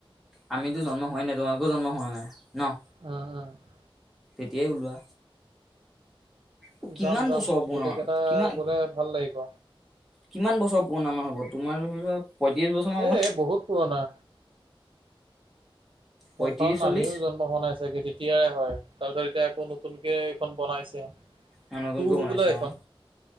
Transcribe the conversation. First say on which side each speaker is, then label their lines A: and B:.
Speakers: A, in the centre; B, on the right (about 65°).
A: আমিতো জন্ম হোৱাই নাই, তোমালোকো জন্ম হোৱা নাই ন',
B: অহ', -অহ', -অহ',
A: এতিয়াই ওলোৱা', অ, কিমান
B: যাম - যাম,
A: বছৰ পুৰণা
B: গোটেই কেইটাই
A: কিমান
B: গ'লে ভাল লাগিব',
A: কিমান বছৰ পুৰণা মান হ'ব, তোমাৰ ধৰি লোৱা? পয়ত্ৰিছ বছৰ', মান হ'বনে
B: এ', - এই', বহুত পুৰণা',
A: পঁয়ত্ৰিশ
B: সেইখন
A: চল্লিশ
B: আমিও জন্ম হোৱা নাই চাগে তেতিয়াৰে হয়, তাৰপিছত এতিয়া আকৌ নতুনকে এইখন বনাইছে',
A: এয়া নতুনকৈ
B: টু হবলা
A: বনাইছে
B: এইখন
A: অ',